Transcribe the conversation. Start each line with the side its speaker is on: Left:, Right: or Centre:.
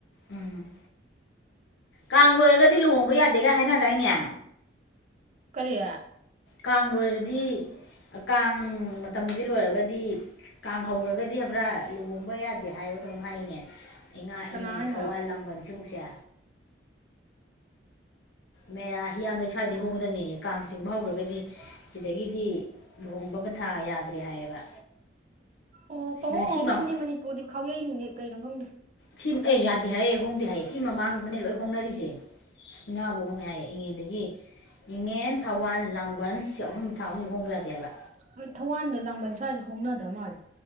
Left: ꯎꯝ ꯀꯥꯡ ꯂꯣꯏꯔꯒꯗꯤ ꯂꯨꯍꯣꯡꯕ ꯌꯥꯗꯦꯒ ꯍꯥꯏꯅꯗꯥꯏꯅꯦ
Right: ꯀꯔꯤ
Left: ꯀꯥꯡ ꯂ‌ꯣꯏꯔꯗꯤ ꯀꯥꯡ ꯃꯇꯝꯁꯤ ꯂꯣꯏꯔꯒꯗꯤ ꯀꯥꯡꯍꯧꯈ꯭ꯔꯒꯗꯤ ꯍꯥꯏꯕ꯭ꯔꯥ ꯂꯨꯍꯣꯡꯕ ꯌꯥꯗꯦ ꯍꯥꯏꯕ ꯀꯩꯅꯝ ꯍꯥꯏꯅꯦ ꯏꯉꯥ
Right: ꯀꯅꯥ
Left: ꯏꯉꯦꯟ
Right: ꯍꯥꯏꯅꯣ
Left: ꯊꯧꯋꯥꯜ ꯂꯥꯡꯕꯜ ꯁꯤꯕꯨꯛꯁꯦ ꯃꯦꯔꯥ ꯍꯤꯌꯥꯡꯒꯩ ꯑꯗꯨꯋꯥꯏꯗꯤ ꯍꯣꯡꯗꯉꯌꯦ ꯀꯥꯡ ꯆꯤꯡꯕ ꯍꯧꯔꯒꯗꯤ ꯁꯤꯗꯒꯤꯗꯤ ꯂꯨꯍꯣꯡꯕ ꯄꯟꯊꯥ ꯌꯥꯗ꯭ꯔꯦ ꯍꯥꯏꯌꯦꯕ
Right: ꯑꯣ ꯄꯥꯎꯍꯣꯡ
Left: ꯑꯗꯨꯅ
Right: ꯍꯣꯡꯅꯕꯅꯦ
Left: ꯁꯤ ꯃꯃꯥ
Right: ꯃꯅꯤꯄꯨꯔꯗꯤ ꯈꯥꯎ ꯌꯩ <unintelligible> ꯀꯩꯅꯣ ꯈꯪꯗꯦ
Left: ꯁꯤ ꯑꯦ ꯌꯥꯗꯦ ꯍꯥꯏꯑꯌꯦ ꯍꯣꯡꯗꯦ ꯍꯥꯏꯑꯌꯦ ꯁꯤ ꯃꯃꯥꯡꯗꯅꯦ ꯂꯣꯏ ꯍꯣꯡꯅꯔꯤꯁꯦ ꯏꯉꯥꯕꯧ ꯍꯣꯡꯉꯦ ꯍꯥꯏꯌꯦ ꯏꯉꯦꯜꯗꯒꯤ ꯏꯉꯦꯟ ꯊꯧꯋꯥꯜ ꯂꯥꯡꯕꯟ ꯁꯤ ꯑꯍꯨꯝ ꯊꯥ ꯑꯍꯨꯝ ꯍꯣꯡꯕ ꯌꯥꯗꯦꯕ
Right: ꯍꯣꯏ ꯊꯧꯋꯥꯟꯗ ꯂꯥꯡꯕꯟ ꯁ꯭ꯋꯥꯏꯗ ꯍꯣꯡꯅꯗꯕ ꯃꯥꯜꯂꯦ